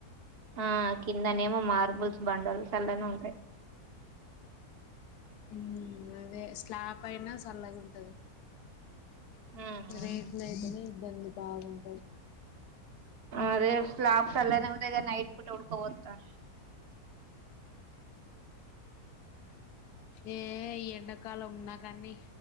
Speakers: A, on the right; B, on the left.
A: ఆ కిందనేమో మార్బుల్స్ బండల్స్. చల్లగనే ఉంటాయి.
B: హుహుమ్. అదే స్లాప్ అయినా. చల్లగ ఉంటది.
A: ఉమ్ ఉమ్
B: రేపు నైతేనే ఇబ్బంది బాగుంది.
A: అదే స్లాబ్స్ అలానే ఉంటాయి గాని నైట్ పూట ఉడ్కపోతాంది.
B: ఏ ఈ ఎండాకాలం నాక అన్ని